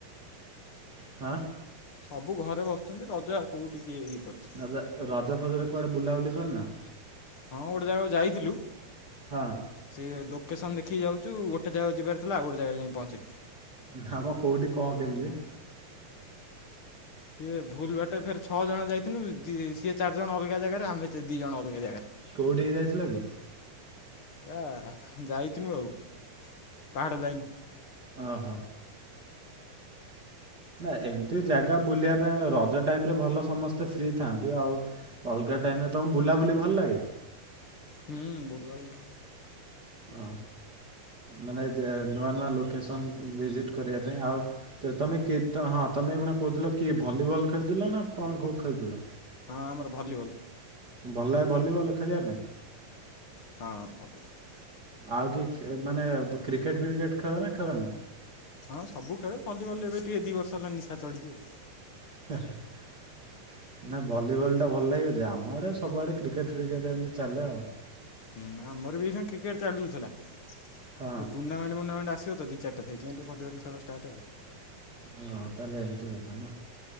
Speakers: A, on the right; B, on the left.
A: <unintelligible>
B: ସବୁ ଘରେ ବସିଛନ୍ତି, ରଜା ଆଉ କଉଠ ଟିକିଏ ଇଏ କରିଛି।
A: ଦଦ ରଜ ଫଜରେ କୁଆଡ଼େ ବୁଲାବୁଲି କରିନା?
B: ହଁ ଗୋଟେ ଜାଗାକୁ ଯାଇଥିଲୁ,
A: ହଁ
B: ସେ ଲୋକେସନ ଦେଖିକି ଯାଉଛୁ, ଗୋଟେ ଜାଗା ଯିବାର ଥିଲାଉୋଟେ ଜାରୋଇକ ପହଞ୍ଚି
A: ନା ମ କେଉଠି କଣ କେମିତି
B: ସିଏ ଭୁଲ ବାଟେ ଫେରେ ଛଅ ଜଣ ଯାଇଥଥିଲୁ, ସିଏ ଚାରିଜଣ ଅଲଗା ଜାଗାରେ, ଆମେ ଦୁଇ ଜଣ ଅଲଗା ଜାଗାରେ
A: କୋଉଠି ହେଇ ଯାଇଥିଲ କି?
B: ହେ ଯାଇଥିନୁ ଆଉ, ପାହାଡ଼ ଲାଇନ୍
A: ଓହୋ। ନା ଏମିତି ଜାଗା ବୁଲିବା ପାଇଁ ରଜ ଟାଇମ ରେ ଭଲ ସମସ୍ତେ ଫ୍ରି ଥାଆନ୍ତି ଆଉ। ଅଲଗା ଟାଇମ୍ରେ ତୁମକୁ ବୁଲାବୁଲି ଭଲ ଲାଗେ।
B: ହୁଁ ବୁଲା ବୁ
A: ହଁ ମାନେ ନୂଆ ନୂଆ ଲୋକେସନ୍ ଭିଜିଟ୍ କରିବା ପାଇଁ ଆଉ ତ ତମେ କେ ହଁ ତମେ ଏ କଣ କହୁଥିଲ କି ଭଲିବଲ ଖେଳୁଥିଲ ନା କଣ ଖେଳୁଥିଲା।
B: ହଁ ଆମର ଭଲିବଲ୍
A: ଭଲ ଭ ଭଲିବଲ୍ ଖେଳିବା ପାଇଁ
B: ହଁ <unintelligible>
A: ଆଉ କି ମାନେ କ୍ରିକେଟ ଫ୍ରିକେଟ ଖେଳ ନା ଖେଳନି
B: ହଁ ସବୁ ଖେଳେ ଭଲିବଲ ଏବେ ଟିକେ ଦିଇ ବର୍ଷ ହେଲା ନିଶା ଚଢଛି ଆଉ।
A: <inaudible> ନା ଭଲିବଲ୍ଟା ଭଲ ଲାଗି ଅଛି ଆମ ଆଡ଼େ ସବୁଆଡ଼େ କ୍ରିକେଟ୍ ଫ୍ରିକେଟ୍ ଏମିତି ଚାଲେ ଆଉ। <inaudible>
B: ହୁଁ ଆମର ବି ସେ କ୍ରିକେଟ ଚାଲୁଥିଲା ସେ
A: ହଁ।
B: <unintelligible> ଆସ ତ ଦୁ ଚାରଟା ସେଥିାଇ ଟ ଭଲ ଖେ ଷ୍ଟଟ ଆଉ
A: ଓହୋ ତାହେଲେ ଏମିତି କଥା ନା